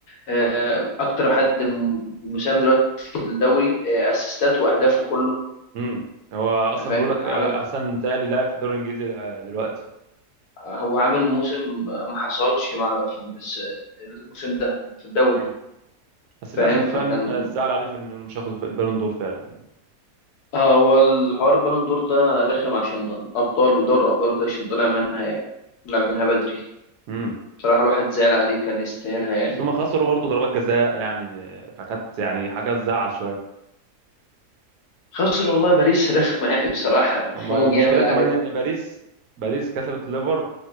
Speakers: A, on the left; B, on the right.
A: آه، أكتر حد م- مساهم دلوقتي في الدوري آه، أسيستات وأهدافه كله
B: امم هو اصلا
A: أنت فاهم
B: بيقول لك
A: عامل
B: آه، احسن تالي لاعب في الدوري الانجليزي آه، دلوقتي
A: هو عامل موسم ما حصلش مع في الس- الموسم ده في الدوري
B: امم بس للاسف
A: فاهم فكان
B: فعلا الزعل عليه في انه مش هياخد في البالون دور فعلا يعني
A: آه، هو الحوار البالون دور ده رخم عشان أبطال ودوري الأبطال وكده عشان طلع منها طلع منها بدري
B: امم
A: بصراحة الواحد زعل عليه كان يستاهلها يعني
B: بس هما خسروا برضه ضربات جزاء يعني آه، فكانت يعني حاجه تزعل شويه
A: خسر والله باريس رخمة يعني بصراحة رخموا
B: اما المشكله
A: جامد عليه
B: كمان ان باريس باريس كسبت الليفر